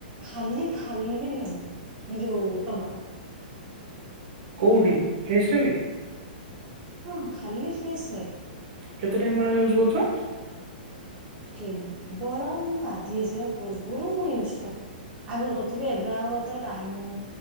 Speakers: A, on the right (about 20°); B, on the right (about 55°).
A: ଖାଲି ଖାଲି ଲେମୁ ଏ ଯୋଉ ଟମାଟୋ।
B: କୋଉଠି ଫେସ ରେ ବି?
A: ହଁ ଖାଲି ଫେସ ରେ।
B: କେତେ ଟାଇମ୍ ଭଳିଆ ୟୁଜ କରୁଚ?
A: କେବଳ ମୁଁ ଗାଧେଇ ଯିବା ପୂର୍ବରୁ ମୁଁ ୟୁଜ୍ କରେ। ଆଗରୁ କରୁଥିଲି ଏବେ ଆଉ ଏତେ ଟାଇମ୍